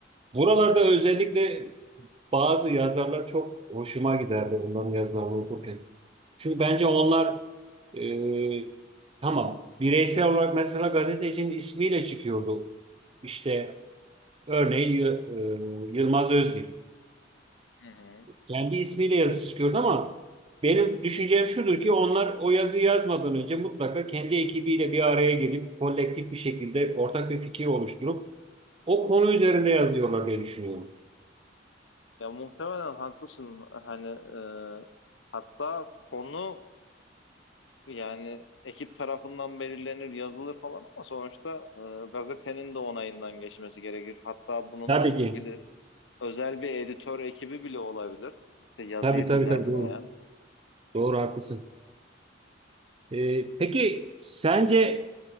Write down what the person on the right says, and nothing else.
Buralarda özellikle bazı yazarlar çok hoşuma giderdi onların yazılarını okurken. Çünkü bence onlar e, tamam bireysel olarak mesela gazetecinin ismiyle çıkıyordu. İşte örneğin Y- e, Yılmaz Özdil.
Kendi ismiyle yazısı çıkıyordu ama benim düşüncem şudur ki onlar o yazıyı yazmadan önce mutlaka kendi ekibiyle bir araya gelip kolektif bir şekilde ortak bir fikir oluşturup o konu üzerinde yazıyorlar diye düşünüyorum.
Tabii
ki.
Tabii tabii
tabii doğru. Doğru haklısın. Ee, peki sence